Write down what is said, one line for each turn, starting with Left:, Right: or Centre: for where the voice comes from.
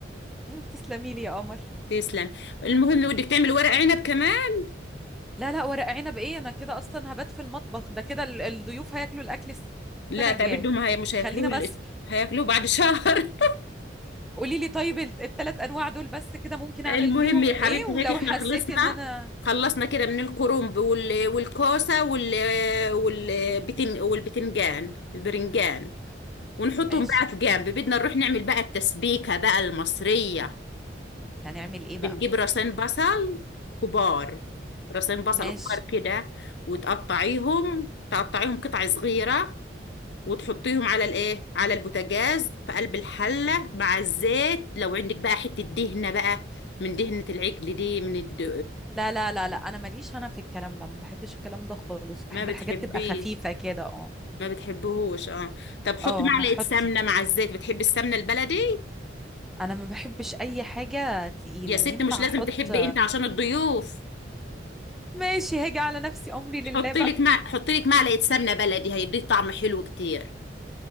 Centre: <laughs> مم، تسلمي لي يا قمر
Left: تسلم المهم بدك تعمل ورق عنب كمان
Centre: لا لا ورق عنب ايه انا كده اصلا هبات في المطبخ ده كده ال- الضيوف هياكلوا الاكل السنه
Left: لا تعبدهم
Centre: الجايه
Left: هي مش هياكلوه
Centre: خلينا
Left: ال-
Centre: بس
Left: هياكلوه بعد <laughs> شهر
Centre: قولي لي طيب ال- التلات انواع دول بس كده ممكن
Left: المهم
Centre: اعمل فيهم
Left: يا
Centre: ايه
Left: حبيبتي
Centre: ولو
Left: هيك احنا
Centre: حسيت
Left: خلصنا
Centre: ان انا
Left: خلصنا كده من الكرنب وال... والكوسة وال... والبتن... والبتنجان البرنجان ونحطهم
Centre: ماشي
Left: بقى في جنب بدنا نروح نعمل بقى التسبيكة بقى المصرية
Centre: هنعمل ايه بقى
Left: بنجيب راسين بصل كبار راسين بصل
Centre: ماشي
Left: كبار كده وتقطعيهم تقطعيهم قطع صغيرة وتحطيهم على الايه على البوتاجاز في قلب الحلة مع الزيت لو عندك بقى حتة دهنة بقى من دهنة العجل دي من الد...
Centre: لا لا لا لا انا ماليش انا في الكلام ده ما بحبش الكلام ده خالص بحب
Left: ما بتحبيه
Centre: الحاجات تبقى خفيفه كده اه
Left: ما بتحبهوش اه طب حطي
Centre: اه
Left: معلقة
Centre: هحط
Left: سمنة مع الزيت بتحبي السمنة البلدي
Centre: انا ما بحبش اي حاجه تقيله
Left: يا ست
Centre: ينفع
Left: مش لازم
Centre: احط
Left: تحبي انت عشان الضيوف
Centre: ماشي هاجي على نفسي امري لله
Left: حطي
Centre: بقى
Left: لك مع... حطي لك معلقة سمنة بلدي هيديك طعم حلو كتير